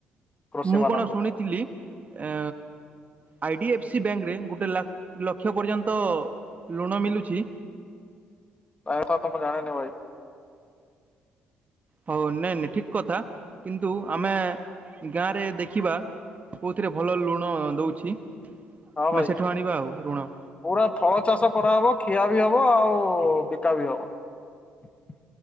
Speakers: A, on the left; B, on the right.
A: କୃଷି
B: ମୁଁ
A: ମାନଙ୍କ
B: କଣ ଶୁଣିଥିଲି
A: ପାଇଁ
B: ଏ ଆଇ ଡି ଏଫ୍ ସି ବ୍ୟାଙ୍କରେ ଗୋଟେ ଲକ ଲକ୍ଷ ପର୍ଯ୍ୟନ୍ତ ଲୁଣ ମିଳୁଛି।
A: ତା କଥା ତ ଯାଣେ ନି ଭାଇ।
B: ହଉ ନାଇଁ ନାଇଁ ଠିକ କଥା କିନ୍ତୁ ଆମେ ଗାଁ ରେ ଦେଖିବା କୋଉଥିରେ ଭଲ ଲୁଣ ଦଉଛି।
A: ହଁ
B: ଆମେ
A: ଭାଇ
B: ସେଠୁ ଆଣିବା ଆଉ ଋଣ।
A: ପୁରା ଥଳ ଚାଷ କରାହବ ଖିଆ ବି ହବ ଆଉ ବିକା ବି ହବ।